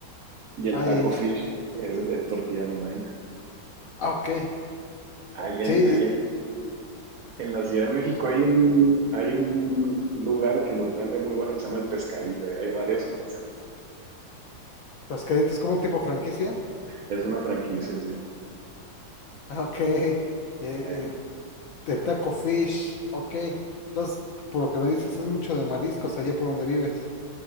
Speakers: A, on the right (about 75°); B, on the left (about 75°).
A: y el
B: Ay,
A: taco
B: ahí. es-
A: fish es, es tortilla de maíz.
B: Ah, ok.
A: Ahí en,
B: Sí,
A: ahí en, en la Ciudad de México hay un, hay un lugar que los vende muy bueno que se llama El Pescadito y hay varias sucursales.
B: los caditos como un tipo franquicia. <laughs>
A: Es una franquicia, sí.
B: Ah, Ok. Eh, eh,
A: Hay-
B: de taco fish. Ok. Entonces, por lo que me dices, es mucho de mariscos allá por donde vives.